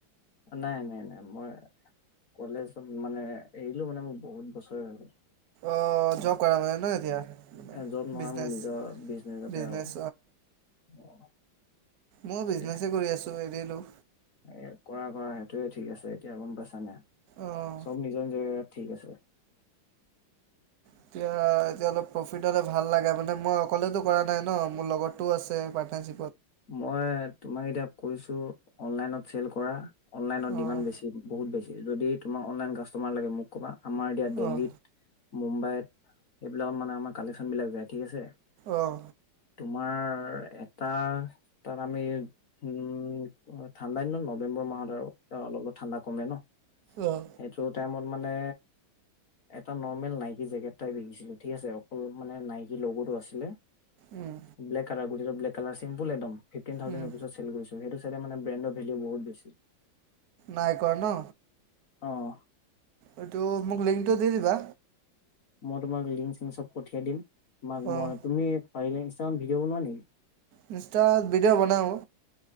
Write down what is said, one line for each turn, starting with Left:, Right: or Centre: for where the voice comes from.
Left: নাই নাই নাই মই কলেজত মানে এৰিলো মানে মোৰ বহুত বছৰ আগত
Right: অঁ জব কৰা মানে ন এতিয়া মানে
Left: এজন নহয়
Right: বিজনেছ
Left: মোৰ নিজৰ বিজনেছতে
Right: বিজনেছ
Left: আৰু
Right: মই
Left: তাকে
Right: বিজনেচ কৰি আছো এনেই হেল্ল'
Left: এ কৰা কৰা সেইটোয়ে ঠিক আছে এতিয়া গম পাইছানে?
Right: অঁ
Left: চব নিজৰ যে ঠিক আছে
Right: এতিয়া যেতিয়ালৈ প্ৰফিট হলে ভাল মানে মই অকলেতো কৰা নাই ন মোৰ লগতো আছে পাটনাৰ
Left: মই তোমাক এতিয়া কৈছো অনলাইনত চেল কৰা অনলাইনৰ
Right: অঁ
Left: ডিমাণ্ড বেছি বহুত বেছি যদি তোমাক অনলাইন কাষ্টমাৰ লাগে মোক ক'বা আমাৰ এতিয়া দিল্লীত
Right: অঁ
Left: মুম্বাইত এইবিলাকত মানে আমাৰ কালেকশ্যন বিলাক যায় ঠিক আছে
Right: অঁ
Left: তোমাৰ এ এটাৰৰ তাত আমি উম ঠাণ্ডা দিনত নৱেম্বৰ মাহত আৰু অলপ অলপ ঠাণ্ডা কমে ন
Right: অঁ
Left: সেইটো টাইমত মানে এটা নৰ্মেল নাইকি জেকেট তাই বিকিছিলো ঠিক আছে অকল মানে নাইকি লগটো আছিলে
Right: উম
Left: ব্লেককালাৰ এইটো ব্লেক কালাৰ চিম্পুল একদম। ফিফটিন থাউজেণ্ড
Right: উম
Left: ৰূপিছত চেল কৰিছো। সেইটো চাইডে মানে ব্ৰেণ্ডৰ ভেলিউ বহুত বেছি।
Right: নাই কৰা ন।
Left: অ'।
Right: এইটো মোক লিংকটো দি দিবা।
Left: মই তোমাক লিংক-চিং চব পঠিয়াই দিম। তোমাক
Right: অঁ
Left: মই। তুমি <unintelligible> বনোৱা নেকি?
Right: ইনষ্টাত ভিডি'অ বনাও।